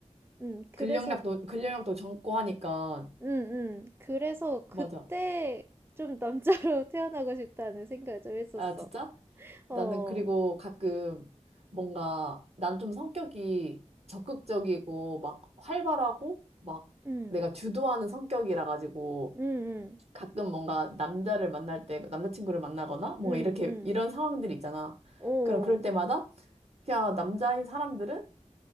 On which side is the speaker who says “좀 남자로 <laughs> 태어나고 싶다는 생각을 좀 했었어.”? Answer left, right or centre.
Right